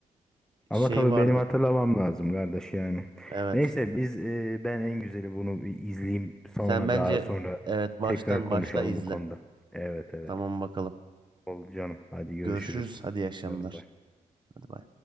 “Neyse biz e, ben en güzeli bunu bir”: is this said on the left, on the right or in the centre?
Centre